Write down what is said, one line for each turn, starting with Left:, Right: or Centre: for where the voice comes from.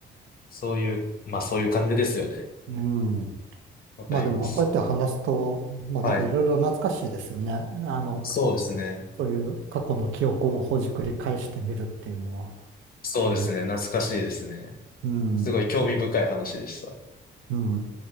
Left: そういう、まあそういう感じですよね。
Right: うん。
Left: わかります。
Right: まあでも、こうやって話すと、まあなんかいろいろ懐かしいですよね。
Left: はい。
Right: あの、
Left: そうですね。
Right: そういう過去の記憶をほじくり返してみるっていうのは、
Left: そうですね。
Right: ね。
Left: 懐かしいですね。
Right: うん。
Left: すごい興味深い話でした。
Right: うん。